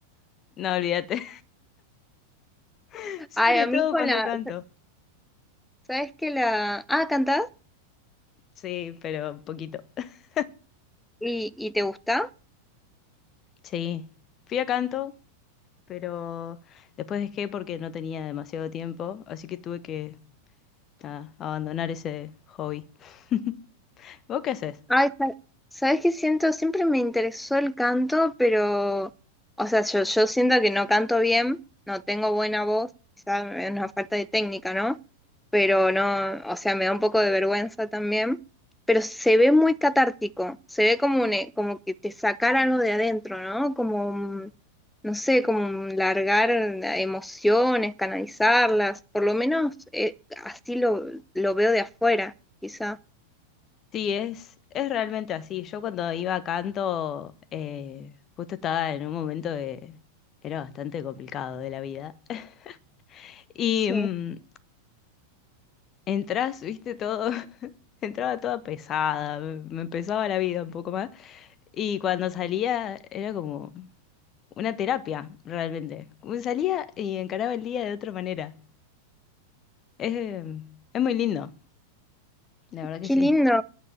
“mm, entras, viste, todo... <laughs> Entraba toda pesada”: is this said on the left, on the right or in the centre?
Left